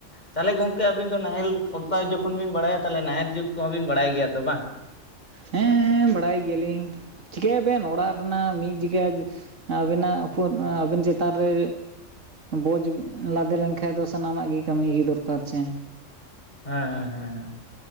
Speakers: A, on the left (about 35°); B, on the right (about 75°).
A: ᱛᱟᱦᱚᱞᱮ ᱜᱚᱝᱠᱮ ᱟᱵᱤᱱ ᱫᱚ ᱱᱟᱦᱮᱞ ᱚᱛᱟ ᱡᱚᱠᱷᱚᱱ ᱵᱤᱱ ᱵᱟᱲᱟᱭᱟ ᱛᱟᱦᱚᱞᱮ ᱱᱟᱦᱮᱞ ᱡᱩᱛ ᱠᱚᱦᱚᱸ ᱵᱤᱱ ᱵᱟᱲᱟᱭ ᱜᱮᱭᱟ? ᱛᱚ ᱵᱟᱝ᱾
B: ᱦᱮᱸᱻᱵᱟᱲᱟᱭ ᱜᱮᱭᱟᱞᱤᱧ ᱪᱤᱠᱟᱭᱟ ᱵᱮᱱ ᱚᱲᱟᱜ ᱨᱮᱱᱟᱜ ᱢᱤᱫ ᱡᱤᱜᱟ ᱟᱹᱵᱤᱱᱟᱜ ᱩᱯᱚᱨ ᱟᱵᱤᱱ ᱪᱮᱛᱟᱱ ᱨᱮ ᱵᱚᱡᱽ ᱞᱟᱫᱮ ᱞᱮᱱᱠᱷᱟᱡ ᱫᱚ ᱥᱟᱱᱟᱢᱟᱜ ᱜᱮ ᱠᱟᱹᱢᱤ ᱜᱮ ᱫᱚᱨᱠᱟᱨ ᱪᱮ᱾
A: ᱦᱮᱸ ᱦᱮᱸ ᱦᱮᱸ ᱦᱮᱸ